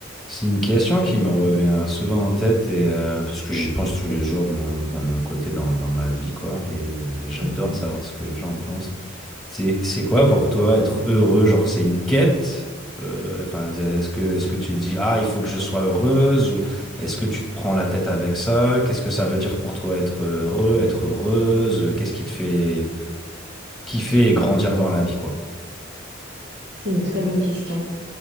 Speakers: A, in the centre; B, on the right.
A: C'est une question qui me revient souvent en tête et euh, parce que j'y pense tous les jours de mon, enfin, de mon côté dans, dans ma vie quoi et, euh, et j'adore
B: Mhm.
A: savoir ce que les gens en pensent. C'est c'est quoi pour toi être heureux? Genre c'est une quête? Euh, Enfin est-ce que est-ce que tu te dis ah il faut que je sois heureuse ou est-ce que tu te prends la tête avec ça? Qu'est-ce que ça veut dire pour toi être heureux, être heureuse? Qu'est-ce qui te fait kiffer et grandir dans la vie quoi?
B: C'est une très bonne question.